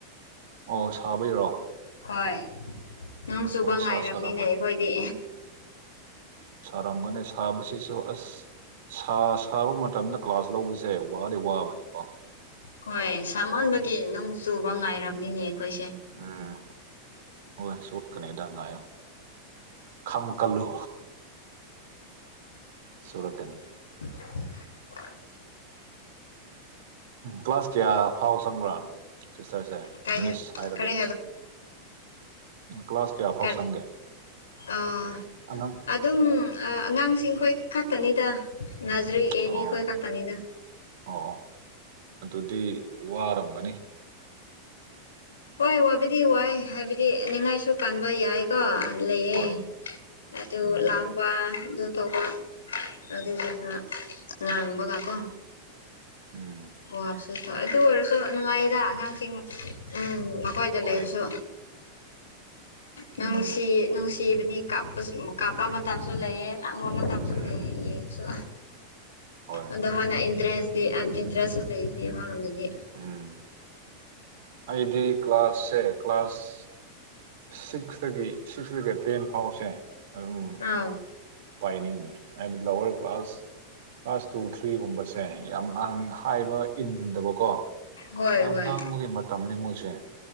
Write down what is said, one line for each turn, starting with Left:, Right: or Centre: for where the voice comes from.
Right: ꯑꯣ ꯁꯥꯕꯩꯔꯣ
Left: ꯍꯣꯏ ꯅꯣꯡ ꯆꯨꯕ
Right: ꯍꯣꯏ
Left: ꯉꯥꯏꯔꯕꯅꯤꯅꯦ
Right: ꯁꯥ ꯁꯥꯔꯝꯒꯅꯤ
Left: ꯑꯩꯈꯣꯏꯗꯤ
Right: ꯁꯔꯒꯅꯤ ꯁꯥꯕꯁꯤꯁꯨ ꯑꯁ ꯁꯥ ꯁꯥꯕ ꯃꯇꯝꯗ ꯀ꯭ꯂꯥꯁ ꯂꯧꯕꯁꯦ ꯋꯥꯗꯤ ꯋꯥꯕꯅꯤꯀꯣ
Left: ꯍꯣꯏ ꯁꯝꯍꯟꯕꯒꯤ ꯅꯨꯡ ꯆꯨꯕ ꯉꯥꯏꯔꯕꯅꯤꯅꯦ ꯑꯩꯈꯣꯏꯁꯦ
Right: ꯎꯝ ꯍꯣꯏ ꯁꯣꯛꯀꯅꯦꯗ ꯉꯥꯏꯌꯣ ꯈꯥꯡꯕ ꯀꯜꯂꯨ ꯆꯨꯔꯛꯀꯅꯤ
Left: <unintelligible>
Right: ꯀ꯭ꯂꯥꯁ ꯀꯌꯥ ꯐꯥꯎ ꯆꯪꯕ꯭ꯔꯥ ꯁꯤꯁꯇꯔꯁꯦ
Left: ꯀꯩ
Right: ꯃꯤꯁ ꯍꯥꯏꯔꯒꯦ
Left: ꯀꯔꯤ
Right: ꯀ꯭ꯂꯥꯁ ꯀꯌꯥ ꯐꯥꯎ
Left: ꯀ
Right: ꯆꯪꯒꯦ
Left: ꯑꯣ
Right: ꯑꯉꯥꯡ
Left: ꯑꯗꯨꯝ ꯑꯉꯥꯡꯁꯤꯡ ꯈꯣꯏ ꯈꯛꯇꯅꯤꯗ ꯅꯥꯖꯔꯤ ꯑꯦꯕꯤ
Right: ꯑꯣ
Left: ꯈꯣꯏ ꯈꯛꯇꯅꯤꯗ
Right: ꯑꯣ ꯑꯗꯨꯗꯤ ꯋꯥꯔꯝꯒꯅꯤ
Left: ꯍꯣꯏ ꯋꯥꯕꯨꯗꯤ ꯋꯥꯏ ꯍꯥꯏꯕꯗꯤ ꯅꯤꯡꯉꯥꯏꯁꯨ ꯀꯥꯟꯕ ꯌꯥꯏꯀꯣ ꯂꯩꯌꯦ
Right: ꯍꯣꯏ
Left: ꯑꯗꯨ
Right: ꯎꯝ
Left: ꯂꯥꯡꯕ ꯑꯗꯨ ꯇꯧꯕ ꯑꯗꯨ ꯈꯔ ꯉꯥꯡꯕꯒ ꯀꯣ
Right: ꯎꯝ
Left: ꯑꯣꯞꯆ ꯁ ꯑꯗꯨ ꯑꯣꯏꯔꯁꯨ ꯅꯨꯡꯉꯥꯏꯌꯦꯗ ꯑꯉꯥꯡꯁꯃꯛ ꯎꯝ ꯃꯈꯣꯏꯗ
Right: ꯍꯣꯏ
Left: ꯂꯩꯔꯁꯨ ꯅꯨꯡꯁꯤ
Right: ꯎꯝ
Left: ꯅꯨꯡꯁꯤ ꯆꯤꯕꯅꯤ ꯀꯥꯞꯄ ꯀꯥꯞꯄ ꯃꯇꯝꯁꯨ ꯂꯩꯌꯦ ꯇꯪꯕ ꯃꯇꯝꯁꯨ
Right: ꯎꯝ
Left: ꯂꯩꯌꯦ ꯌꯦꯡꯁꯨ
Right: ꯍꯣꯏ
Left: ꯑꯗꯣ ꯃꯥꯅ ꯏꯟꯇꯔꯦꯁꯇꯤ ꯏꯟꯇꯔꯦꯁꯁꯨ ꯂꯩꯒꯅꯤ ꯑꯃꯔꯣꯝꯗꯗꯤ
Right: ꯎꯝ ꯑꯩꯗꯤ ꯀ꯭ꯂꯥꯁꯁꯦ ꯀ꯭ꯂꯥꯁ ꯁꯤꯛꯁꯇꯒꯤ ꯁꯤꯛꯁꯇꯒꯤ ꯇꯦꯟ ꯐꯥꯎꯁꯦ ꯑꯗꯨꯝ
Left: ꯑꯥ
Right: ꯄꯥꯏꯅꯤꯡꯉꯦ ꯍꯥꯏꯕ ꯂꯋꯔ ꯀ꯭ꯂꯥꯁ ꯀ꯭ꯂꯥꯁ ꯇꯨ ꯊ꯭ꯔꯤꯒꯨꯝꯕꯁꯦ ꯌꯥꯝ ꯍꯥꯏꯕ ꯏꯟꯟꯗꯕꯀꯣ
Left: ꯍꯣꯏ
Right: ꯌꯥꯝ
Left: ꯍꯣꯏ
Right: ꯂꯥꯡꯕꯒꯤ ꯃꯇꯝꯅꯤ ꯃꯣꯏꯁꯦ